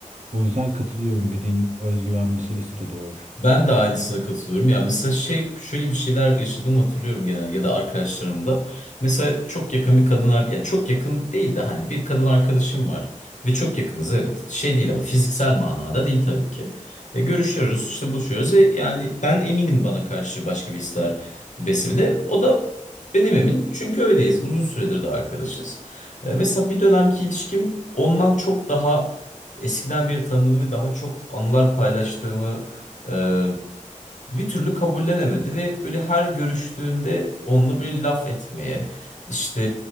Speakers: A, on the right; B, on the left.
A: O yüzden katılıyorum dediğin özgüven meselesi de doğru.
B: Ben de aynısına katılıyorum. Yani mesela şey şöyle bir şeyler yaşadığımı hatırlıyorum genel ya da arkadaşlarımda. Mesela çok yakın bir kadın ar- ya çok yakın değil de hani bir kadın arkadaşım var ve çok yakınız evet. Şey değil ama fiziksel manada değil tabii ki. E, görüşüyoruz, işte buluşuyoruz ve yani ben eminim bana karşı başka bir hisler beslemede. O da benim emin. Çünkü öyleyiz. Uzun süredir de arkadaşız. E, mesela bir dönemki ilişkim ondan çok daha eskiden beri tanıdığım ve daha çok anılar paylaştığımı ee, bir türlü kabullenemedi ve böyle her görüştüğünde onunla böyle laf etmeye, işte